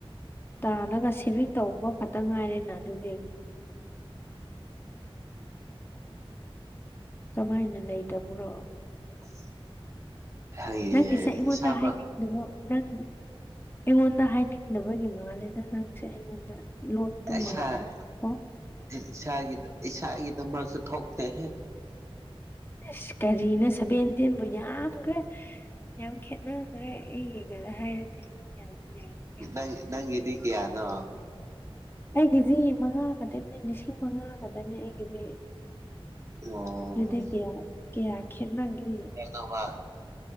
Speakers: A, on the left; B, on the right.
A: ꯇꯥꯜꯂꯒ ꯁꯦꯚꯤꯡ ꯇꯧꯕ ꯈꯛꯇ ꯉꯥꯏꯔꯦꯅ ꯑꯗꯨꯗꯤ ꯀꯃꯥꯏꯅ ꯂꯩꯇꯕꯔꯣ
B: <unintelligible> ꯍꯌꯦꯡ
A: ꯅꯪꯒꯤꯁꯦ ꯑꯩꯉꯣꯟꯗ
B: ꯏꯁꯥꯃꯛ
A: ꯍꯥꯏꯅꯤꯡꯗꯕ꯭ꯔꯣ ꯅꯪ ꯑꯩꯉꯣꯟꯗ ꯍꯥꯏꯅꯤꯡꯗꯕꯒꯤ ꯃꯥꯜꯂꯦꯗ ꯅꯪꯁꯦ ꯑꯩꯉꯣꯟꯗ ꯂꯣꯠꯄ
B: ꯏꯁꯥ
A: ꯃꯥꯜꯂꯦꯗ ꯑꯣ
B: ꯏꯁꯥꯒꯤ ꯏꯁꯥꯒꯤ ꯅꯝꯕꯔꯁꯨ ꯊꯣꯛꯇꯦꯍꯦ
A: ꯑꯁ ꯀꯔꯤꯅꯣ ꯁꯚꯦꯟꯇꯤꯟꯕꯨ ꯌꯥꯝꯈ꯭ꯔꯦ ꯌꯥꯝ ꯈꯦꯠꯅ ꯍꯣꯔꯦꯟ ꯑꯩ ꯌꯦꯡꯉꯥꯒ ꯍꯥꯏꯔꯛꯀꯦ ꯌꯥꯒꯗꯔꯥ ꯌꯥꯔꯣꯏꯗꯔꯥ
B: ꯑꯩ ꯅꯪꯒꯤꯗꯤ ꯀꯌꯥꯅꯣ
A: ꯑꯩꯒꯤꯗꯤ ꯃꯉꯥ ꯈꯛꯇꯅꯦ ꯂꯤꯁꯤꯡ ꯃꯉꯥ ꯈꯛꯇꯅꯦ ꯑꯩꯒꯤꯗꯤ
B: ꯑꯣ
A: ꯑꯗꯨꯗꯤ ꯀꯌꯥ ꯀꯌꯥ ꯈꯦꯠꯅꯒꯤ
B: ꯅꯧꯕ